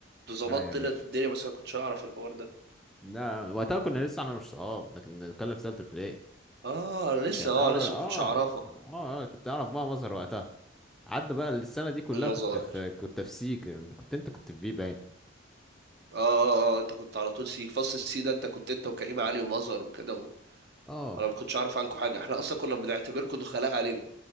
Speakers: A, on the right; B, in the centre.
A: كنت ظبطت
B: لا يا باشا
A: طلعت الدنيا بس انا ما كنتش اعرف الحوار ده
B: لا وقتها كنا لسه انا مش صحاب ده كنا بنتكلم في تالتة ابتدائي
A: اه لسه
B: كان
A: اه
B: اول
A: لسه
B: اه
A: ما كنتش اعرفك
B: اه آه، كنت اعرف بقى مظهر وقتها عدى بقى السنة دي كلها
A: المظاهر
B: كنت في كنت في سيك كنت انت كنت في بي باين.
A: اه اه اه آه، انت كنت على طول سي فصل السي ده انت كنت انت وكريم علي ومظهر وكده و...
B: اه
A: انا ما كنتش اعرف عنكم حاجه احنا اصلا كنا بنعتبركم دخلاء علينا